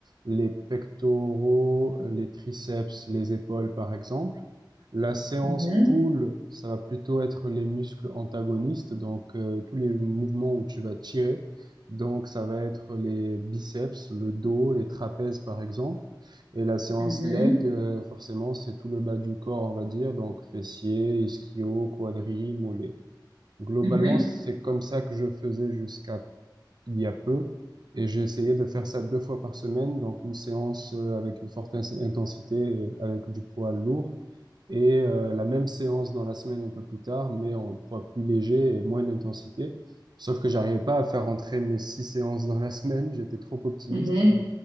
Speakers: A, on the right; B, on the right.
A: les pectoraux, les triceps, les épaules, par exemple. La séance
B: Mhm,
A: pull, ça va plutôt être les muscles antagonistes. Donc, euh, tous les mouvements où tu vas tirer. Donc, ça va être les biceps, le dos, les trapèzes, par exemple. Et la séance
B: mhm,
A: leg, euh, forcément, c'est tout le bas du corps, on va dire, donc fessiers, ischio, quadri, mollets. Globalement,
B: mhm,
A: c'est comme ça que je faisais jusqu'à il y a peu, et j'ai essayé de faire ça deux fois par semaine, donc une séance euh, avec une forte ins- intensité, et avec du poids lourd, et euh, la même séance dans la semaine un peu plus tard, mais en poids plus léger et moins d'intensité. Sauf que j'arrivais pas à faire rentrer mes six séances dans la semaine, j'étais trop optimiste,
B: mhm,
A: je-